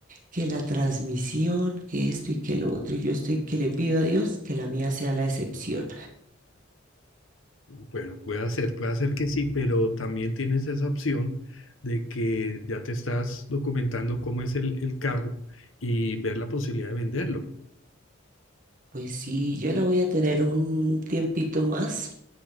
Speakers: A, on the right; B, on the left.
A: que la transmisión, que esto y que lo otro, y yo estoy que le pido a Dios que la mía sea la excepción.
B: Bueno, puede ser, puede ser que sí, pero también tienes esa opción de que ya te estás documentando cómo es el, el carro y ver la posibilidad de venderlo.
A: Pues sí, yo la voy a tener un tiempito más